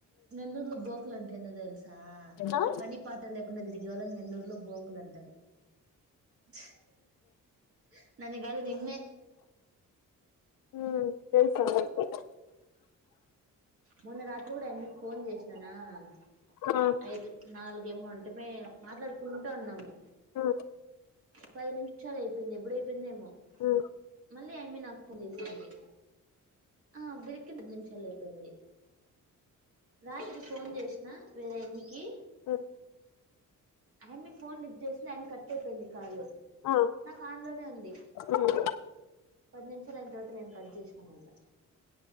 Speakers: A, on the right; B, on the left.
A: నెల్లూర్లొ బోకులంటె ఎందో దెల్సా అ
B: ఆ
A: పని పాట లేకుండా దిర్గే వాళ్ళన్ నే. లూర్లో బోకులంటారు. ఛ్ ఐతే నిన్నే నన్ని గాదు నిన్నే.
B: ఉమ్ తెల్సామెకి.
A: మొన్న రాత్రి గూడైమ్మికి ఫోన్ జేష్ననా. ఉమ్
B: ఆ
A: ఐదు నాలుగ్. దేమో అంటెమే మాట్లాడుకుంట ఉన్నాము.
B: ఉమ్
A: పది నిమ్షాలైపెయ్ంది ఎబ్బుడైపెయ్ందో ఏమొ
B: ఉమ్
A: మళ్ళీ ఐమ్మి నాక్ ఫోన్ జేసింది. ఆ బిరిక్కిన్ పది నిమిషాలైపెయ్ంది. రాత్రి ఫోన్ జేష్న వేరే ఎన్నికి.
B: ఉమ్
A: ఐమ్ని ఫోన్ లిఫ్ జేసింది ఐమ్ని కట్టైపోయింది కాలు అ అ
B: ఆ
A: నాకాన్లోనే ఉంది.
B: ఉమ్
A: పద్ నిమ్షాలైన్ తర్వాత నేన్ కట్ జేష్. గమళ్ళ.